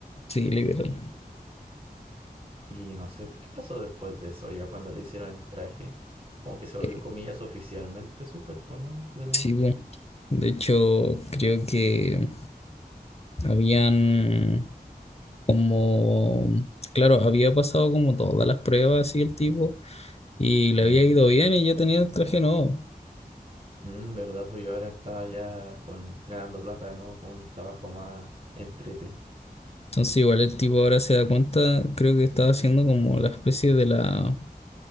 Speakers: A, on the left; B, on the right.
A: Sí, liberal.
B: Y no sé pues, qué pasó después de eso, ya cuando le hicieron el traje. Como que se volvió,
A: Eh,
B: comillas, oficialmente súper, pues, ¿no? De nuevo.
A: sí, bueno. De hecho, creo que habían como, claro, había pasado como todas las pruebas y el tipo, y le
B: Mm.
A: había ido bien y ya tenía el traje nuevo.
B: Mm, ¿verdad? Pues yo ahora estaba ya con, ganando plata, ¿no? Con un trabajo más entrete.
A: Entonces igual el tipo ahora se da cuenta, creo que estaba haciendo como la especie de la